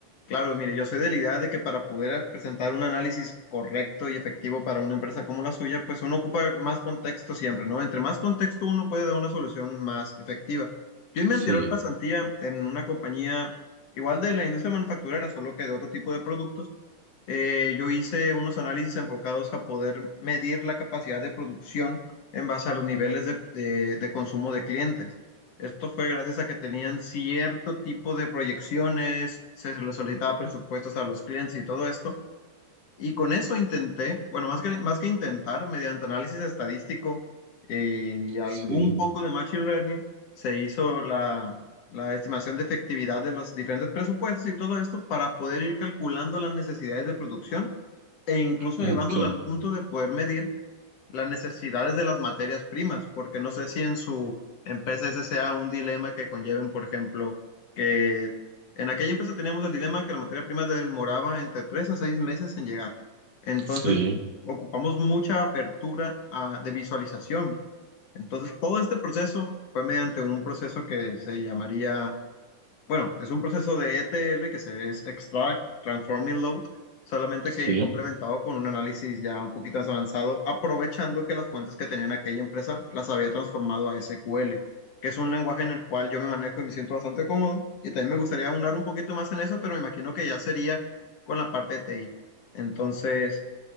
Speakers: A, on the left (about 55°); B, on the right (about 40°).
A: Claro, mire, yo soy de la idea de que para poder presentar un análisis correcto y efectivo para una empresa como la suya, pues uno ocupa más contexto siempre, ¿no? Entre más contexto uno puede dar una solución más efectiva. Yo en mi
B: Sí,
A: anterior pasantía en una compañía igual de la industria manufacturera, solo que de otro tipo de productos. Eh, yo hice unos análisis enfocados a poder medir la capacidad de producción en base a los niveles de, de- de consumo de clientes. Esto fue gracias a que tenían cierto tipo de proyecciones, se les solicitaba presupuestos a los clientes y todo esto. Y con eso intenté, bueno, más que, más que intentar, mediante análisis estadístico eh, y algún
B: sí.
A: poco de Machine Learning, se hizo la, la estimación de efectividad de los diferentes presupuestos y todo esto para poder ir calculando las necesidades de producción e incluso
B: Ok,
A: llevándolo al punto de poder medir las necesidades de las materias primas, porque no sé si en su empresa ese sea un dilema que conlleven, por ejemplo, que en aquella empresa teníamos el dilema que la materia prima demoraba entre tres a seis meses en llegar. Entonces,
B: sí,
A: ocupamos mucha apertura ah, de visualización. Entonces, todo este proceso fue mediante un proceso que se llamaría bueno, es un proceso de ETL que se es Extract, transforming, Load, solamente
B: sí,
A: que complementado con un análisis ya un poquito más avanzado, aprovechando que las fuentes que tenían aquella empresa las había transformado a SQL, que es un lenguaje en el cual yo me manejo y me siento bastante cómodo. Y también me gustaría aunar un poquito más en eso, pero me imagino que ya sería con la parte de TI. Entonces,